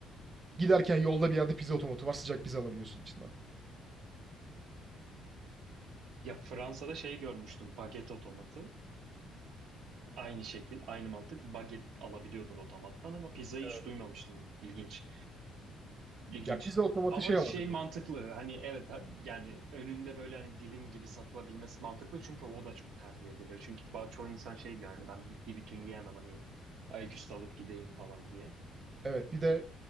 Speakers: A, on the right; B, on the right.
A: Giderken yolda bir yerde pizza otomatı var. Sıcak pizza alabiliyorsun içinden.
B: Ya Fransa'da şey görmüştüm baget otomatı. Aynı şekil, aynı mantık baget alabiliyordun otomattan ama pizzayı
A: Evet.
B: hiç duymamıştım. İlginç, ilginç.
A: Ya pizza otomatı
B: Ama
A: şey
B: şey
A: ama tabii.
B: mantıklı hani evet ha- yani önünde böyle hani dilim gibi satılabilmesi mantıklı çünkü o da çok tercih ediliyor. Çünkü ba- çoğu insan şey diyor hani ben bir bütün yiyemem hani ayaküstü alıp gideyim falan diye.
A: Evet, bir de